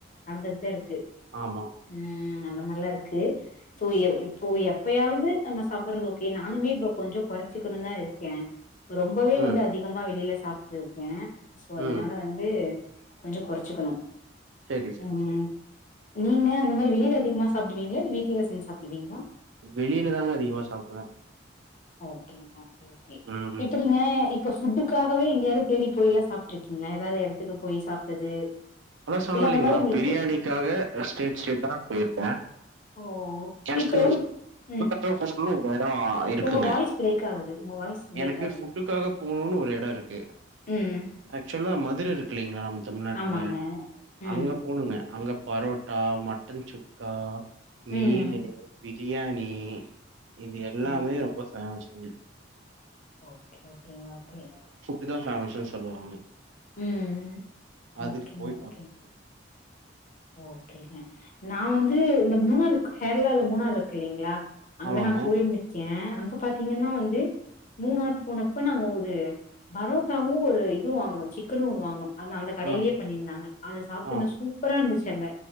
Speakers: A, on the left; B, on the right.
A: நடந்ததுதா இருக்கு
B: ஆமா
A: ம் அந்த மார்லா இருக்கு சோ இப்போ எப்பயாவ்து நம்ம சாப்பற்றது ஓகே நானுமே இப்போ கொஞ்ச கொறச்சிக்கணு தா இருக்கே ரொம்பவே
B: ம்.
A: வந்து அதி கமா வெளியில சாப்ட்டு இருக்கே சோ அதனால
B: ம்.
A: வந்து கொஞ்ச கொறச்சிக்கனு
B: சரி, சரி,
A: ம்
B: சரி.
A: நீங்க அந்த மாரி வெளியில அதிகமா சாப்டுவீங்லா இல்ல வீட்ல செஞ்சு சாப்டுவீங்ளா
B: வெளியில தாங்க அதிகமா சாப்டுவே
A: ஒகேங் ஓகே ஓகே
B: ம்.
A: எப்படிங்க இப் இப்ப ஃபுட்டுக்காகவே எங்கேயாவ்து தேடி போய் எல்லா சாப்ட்டுருக்கீங்ளா ஏதாது எடத்துக்கு போய் சாப்ட்டது
B: அதா சொன்ன
A: இல்ல
B: இல்லைங்ளா
A: அந்த மாரி உங்களுக்கு
B: பிரியாணிக்காக ஸ்டேட் ஸ்டேட்டா போய்ருக்கே
A: ஓ
B: எனக்கு
A: இப்ப ஏதாவது
B: <unintelligible>
A: ம்
B: இருக்குங்க
A: உங்க வாய்ஸ் பிரேக் ஆகுது உங்க வாய்ஸ் பிரேக்
B: எனக்கு
A: ஆகுது
B: ஃபுட்டுக்காக போணுனு ஒரு இடோ இருக்கு
A: ம்
B: ஆக்சுவலா மதுரை இருக்கு இல்லீங்களா நம்ப தமிழ்நாட்ல
A: ஆமாங்க ம்
B: அங்க போணுங்க அங்க பரோட்டா மட்டன் சுக்கா மீனு
A: ம்
B: பிரியாணி இது எல்லாமே
A: ஆ
B: ரொம்ப ஃபேமஸ் இங்க
A: ஓகே ஓகேங்க ஓகே
B: இதான் ஃபேமஸ்னு சொல்லுவாங்க
A: ம்
B: அதுக்கு
A: ஓகேங்க
B: போய்
A: ஓகே
B: <inaudible>
A: ஓகேங்க நா வந்து இந்த மூணார் கேரளால மூணார் இருக்கு இல்லீங்ளா அங்க
B: ஆமாங்க.
A: நான் போயிருந்திருக்கேன் அங்க பாத்தீங்கன்னா வந்து மூணார் போனப்ப நாங்க ஒரு பரோட்டாவும் ஒரு இது வாங்கனோம் சிக்கனும் ஒன்னு வாங்கனோம் அந்த அந்த கடையிலேயே
B: ஆ,
A: பண்ணியிருந்தாங்க அத சாப்பிட்டு
B: ஆ,
A: இருந்த சூப்பரா இருந்துச்சு அங்க